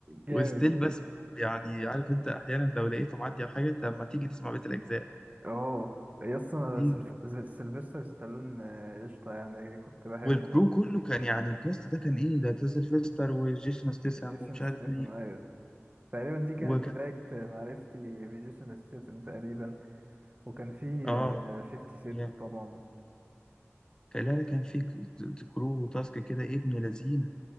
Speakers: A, on the right; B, on the left.
A: جامد
B: وستيل بسمعه يعني عارف انت احيانا لو لقيته معدي على حاجه طب ما تيجي تسمع بقيه الاجزاء
A: اه يس انا
B: كتير
A: سلف... ز- سيلفستر ستالون آه، قشطة يعني كنت بحبه
B: والكرو كله كان يعني الكاست ده كان ايه ده تيزل فيستر وجيسون ستيسام
A: جيسون
B: ومش
A: ستاثام
B: عارف مين
A: ايوه تقريبا دي كانت
B: وكان
A: بداية معرفتي بجيسون ستاثام تقريبا وكان في
B: اه
A: آه، 50 سنت
B: يعني
A: طبعا
B: كان لا لا، كان في ك- كرو وتاسك كده ابن لذينه